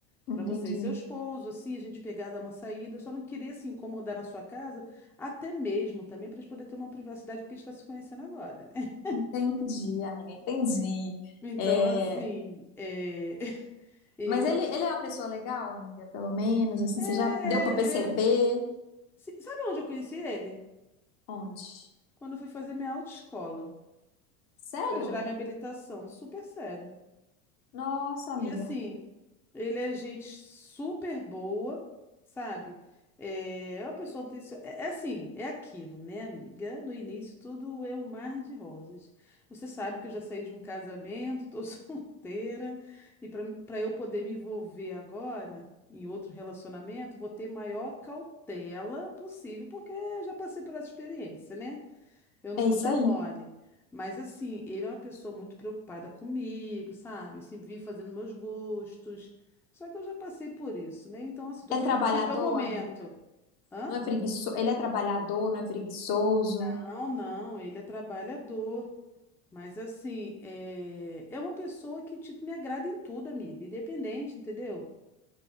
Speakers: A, on the left; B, in the centre.
A: entendi.
B: para você e seu esposo, assim, a gente pegar, dar uma saída. Eu só não queria se incomodar na sua casa, até mesmo também pra gente poder ter uma privacidade, porque a gente tá se conhecendo agora, né? <laughs>
A: Entendi, amiga, entendi.
B: Então,
A: É,
B: assim, é, <laughs> eu.
A: mas ele, ele é uma pessoa legal, amiga, pelo menos, assim,
B: É,
A: você
B: é,
A: já deu pra perceber?
B: é. Se- Sabe onde eu conheci ele?
A: Onde?
B: Quando eu fui fazer minha autoescola,
A: Sério?
B: para tirar minha habilitação. Super sério.
A: Nossa,
B: E
A: amiga,
B: assim, Ele é gente super boa, sabe? É uma pessoa atenciosa. É é assim, é aquilo, né, amiga? No início tudo é um mar de rosas. Você sabe que eu já saí de um casamento, tô <laughs> solteira, e para para eu poder me envolver agora em outro relacionamento, vou ter maior cautela possível, porque eu já passei por essa experiência, né? Eu não
A: é
B: vou
A: isso
B: dar
A: aí.
B: mole. Mas assim, ele é uma pessoa muito preocupada comigo, sabe? Se vive fazendo meus gostos. Só que eu já passei por isso, né? Então, assim, tô
A: É
B: querendo
A: trabalhador,
B: viver o momento.
A: amiga.
B: Hã?
A: Não é preguiçoso, ele é trabalhador, não é preguiçoso.
B: Não, não, ele é trabalhador. Mas assim, é, é uma pessoa que, tipo, me agrada em tudo, amiga. Independente, entendeu?